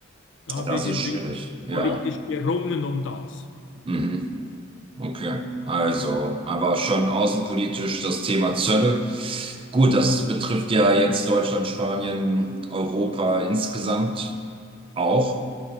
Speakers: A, on the left; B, on the right.
A: da
B: Das
A: wird
B: ist
A: im
B: schwierig.
A: Prinzip
B: Ja.
A: politisch gerungen um das.
B: Mhm. Okay. Also, aber schon außenpolitisch das Thema Zölle. Gut, das betrifft ja jetzt Deutschland, Spanien, Europa insgesamt auch.